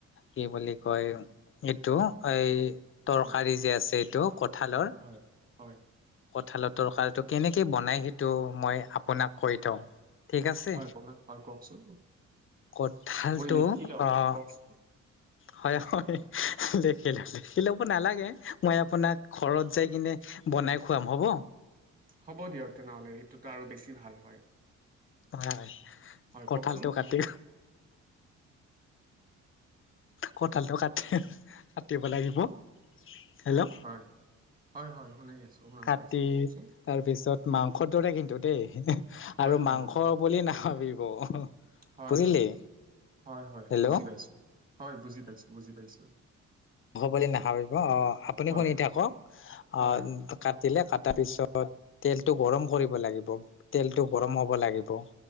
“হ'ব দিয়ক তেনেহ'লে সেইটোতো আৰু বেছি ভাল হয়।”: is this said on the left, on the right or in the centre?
Right